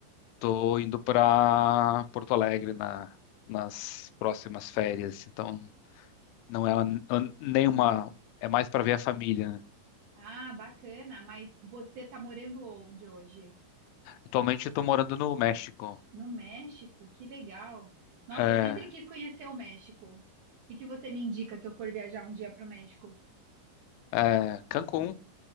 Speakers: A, on the left; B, on the right.
A: estou indo para Porto Alegre na, nas próximas férias. Então, não é uma- nenhuma, é mais para ver a família, né?
B: Ah, bacana, mas você está morando onde hoje?
A: Atualmente estou morando no México,
B: No México? Que legal. Nossa,
A: é,
B: eu sempre quis conhecer o México. O que que você me indica se eu for viajar um dia para o México?
A: é, Cancún.